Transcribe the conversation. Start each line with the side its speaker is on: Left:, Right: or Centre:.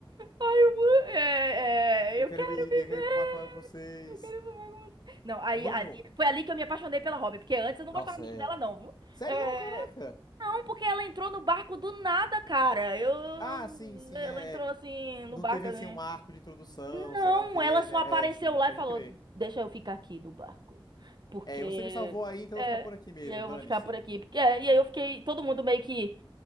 Right: Ai, eu, vou- é,
Left: Eu
Right: é, eu
Left: quero,
Right: quero
Left: vi-
Right: viver.
Left: eu quero ir pro mar com vocês.
Right: Eu quero voar com você. Não, aí,
Left: Mano,
Right: ali, foi ali que eu me apaixonei pela Robin, porque antes eu não
Left: nossa,
Right: gostava muito
Left: é.
Right: dela, não, viu?
Left: Serião,
Right: É,
Left: caraca.
Right: não, porque ela entrou no barco do nada, cara. Eu,
Left: Ah, sim, sim,
Right: ela
Left: é.
Right: entrou
Left: é.
Right: assim no
Left: Não
Right: barco
Left: teve
Right: assim.
Left: assim um arco de introdução,
Right: Não,
Left: sei lá o quê,
Right: ela só
Left: né?
Right: apareceu
Left: É, sim,
Right: lá
Left: pode
Right: e falou:
Left: crer.
Right: Deixa eu ficar aqui no barco. Porque.
Left: É, você me salvou aí, então
Right: É,
Left: eu vou ficar por aqui mesmo,
Right: e aí eu
Left: dane-se.
Right: vou ficar por aqui. Porque, é, e aí eu fiquei. Todo mundo meio que.